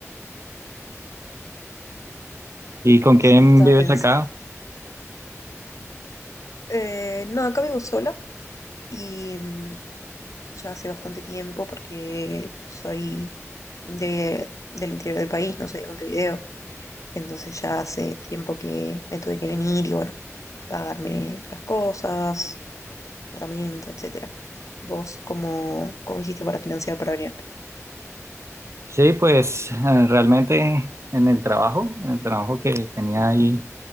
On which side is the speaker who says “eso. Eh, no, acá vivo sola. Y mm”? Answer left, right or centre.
Left